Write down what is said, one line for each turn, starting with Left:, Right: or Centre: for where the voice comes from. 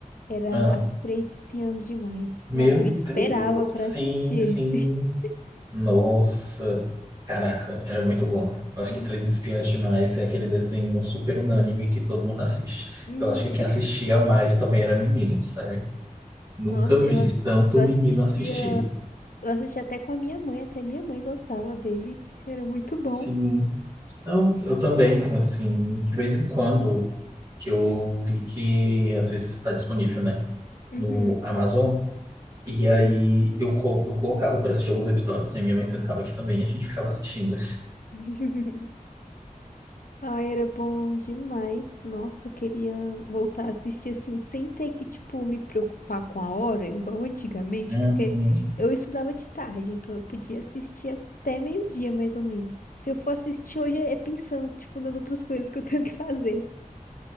Left: Era
Right: Ah,
Left: As Três Espiãs Demais.
Right: meu
Left: Nossa, eu esperava
Right: Deus,
Left: pra assistir
Right: sim, sim.
Left: esse. <laughs>
Right: Nossa, caraca, era muito bom. Eu acho
Left: Uhum.
Right: que Três Espiãs Demais é aquele desenho super unânime que todo mundo assiste.
Left: Uhum.
Right: Eu acho que quem assistia mais também era menino, sério. Nunca
Left: Nossa,
Right: vi
Left: eu, ass-
Right: tanto
Left: eu
Right: menino
Left: assistia,
Right: assistir.
Left: eu assistia até com a minha mãe, até minha mãe gostava dele. Era muito bom.
Right: Sim, não, eu também, assim, de vez em quando que eu vi que às vezes está disponível, né,
Left: Uhum.
Right: no Amazon. E aí
Left: Sim.
Right: eu, co- eu colocava para assistir alguns episódios, né? Minha mãe sentava aqui também e a gente ficava assistindo.
Left: <laughs> Ai, era bom demais. Nossa, eu queria voltar a assistir assim, sem ter que, tipo, me preocupar com a hora, igual antigamente,
Right: Uhum.
Left: porque eu estudava de tarde, então eu podia assistir até meio-dia, mais ou menos. Se eu for assistir hoje, é pensão, tipo, nas outras coisas que eu tenho que fazer.